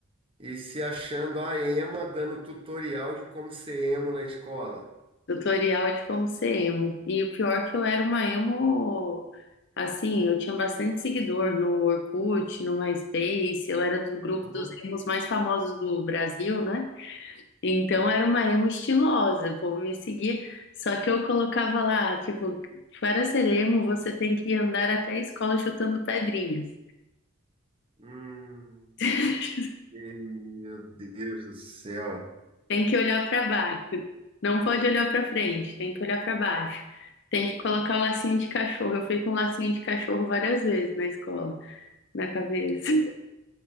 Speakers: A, on the right; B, on the left.
A: e se achando a ema dando tutorial de como ser emo na escola.
B: Tutorial de como ser emo. E o pior é que eu era uma emo, assim, eu tinha bastante seguidor no Orkut, no MySpace, eu era do grupo
A: Hã?
B: dos emos mais famosos do Brasil, né? Então era uma emo estilosa, o povo me seguia, só que eu colocava lá, tipo, para ser emo você tem que andar até a escola chutando pedrinhas.
A: Hum,
B: <laughs>
A: e- meu Deus do céu.
B: Tem que olhar para baixo. Não pode olhar para frente, tem que olhar para baixo. Tem que colocar o lacinho de cachorro. Eu fui com lacinho de cachorro várias vezes na escola, na cabeça.